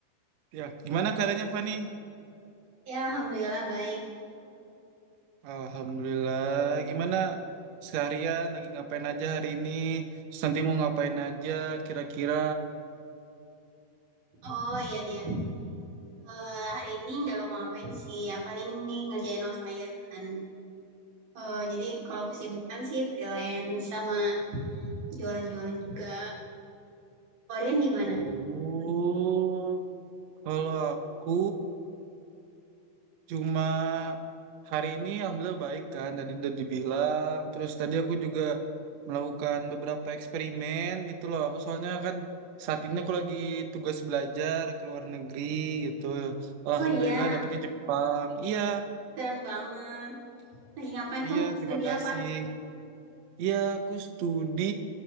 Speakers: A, on the right; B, on the right.
A: Ya, gimana keadaannya Fani?
B: Ya Alhamdulillah baik.
A: Alhamdulillah. Gimana seharian lagi ngapain aja hari ini? Terus nanti mau ngapain aja kira-kira?
B: Oh iya iya. Eh, hari ini nggak ngapa-ngapain sih. Ya paling nih ngerjain outlier kan. Eh, jadi kalau kesibukan sih freelance sama jualan-jualan juga. Kalau Rian gimana?
A: Oh, kalau aku Cuma hari ini alhamdulillah baik kan tadi udah dibilang. Terus tadi aku juga melakukan beberapa eksperimen gitu loh. Aku soalnya kan saat ini aku lagi tugas belajar ke luar negeri gitu. Alhamdulillah
B: Oh iya,
A: dapetnya Jepang. Iya,
B: keren banget. Lagi ngapain
A: iya
B: tuh?
A: terima
B: Studi
A: kasih.
B: apa?
A: Iya, aku studi